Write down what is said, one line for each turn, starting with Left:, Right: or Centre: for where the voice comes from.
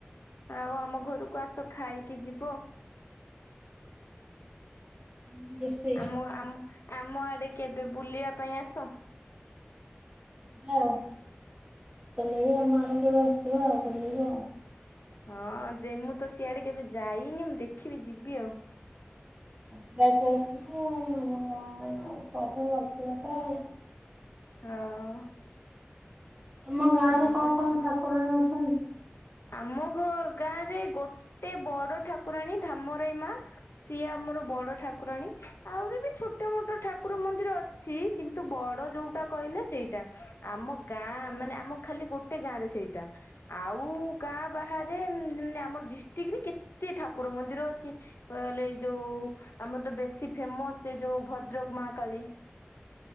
Left: ଆଉ ଆମ ଘରକୁ ଆସ ଖାଇକି ଯିବ।
Right: ହଁ ରୋଷେଇ
Left: ଆମ ଆ ଆମ ଆଡେ କେବେ ବୁଲିବା ପାଇଁ ଆସ।
Right: ଆଉ <inaudible> କଲେ ବି ଆମ ଆଡକୁବେ ଆସିିବ ଆଉ ବୁଲିବ ଆଉ।
Left: ହଁ ଯେ ମୁଁ ତ ସିଆଡେ କେବେ ଯାଇନି ମୁଁ ଦେଖିବି ଯିବି ଆଉ।
Right: ଅଭ୍ୟାସ ଅଛି ନା ଆଉ ଆମ ଗାଁ <unintelligible> ଆଉ
Left: ହଁ।
Right: ତମ ଗାଁ
Left: ଯିବା
Right: ରେ କଣ କଣ ଠାକୁରାଣୀ ଅଛନ୍ତି?
Left: ଆମ ଗାଁ ରେ ଗୋଟେ ବଡ ଠାକୁରାଣୀ ଧାମରାଇ ମା ସିଏ ଆ ଆମର ବଡ ଠାକୁରାଣୀ ଆହୁରି ବି ଛୋଟ ମୋଟ ଠାକୁର ମନ୍ଦିର ଅଛି କିନ୍ତୁ ବଡ ଯୋଉଟା କହିଲେ ସେଇଟା ଆମ ଗାଁ ମାନେ ଆମ ଖାଲି ଗୋଟେ ଗାଁ ରେ ସେଇଟା ଆଉ ଗାଁ ବାହାରେ ଆମର ଡିଷ୍ଟ୍ରିକ୍ଟ ରେ କେତେ ଠାକୁର ମନ୍ଦିର ଅଛି ବ ଲେ ହେ ଯୋଉ ଆମର ତ ବେଶୀ ଫେମସ ସେ ଯୋଉ ଭଦ୍ରକ ମାହାକାଳୀ।